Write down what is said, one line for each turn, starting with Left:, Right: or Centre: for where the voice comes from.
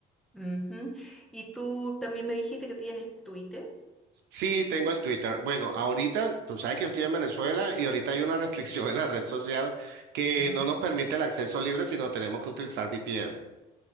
Centre: Ujú. Y tú también me dijiste que tienes Twitter.
Right: Sí, tengo el Twitter. Bueno, ahorita, tú sabes que yo estoy en Venezuela y ahorita hay una <laughs> restricción en la red social que
Centre: Ah,
Right: no nos permite el acceso libre, sino tenemos que utilizar VPN.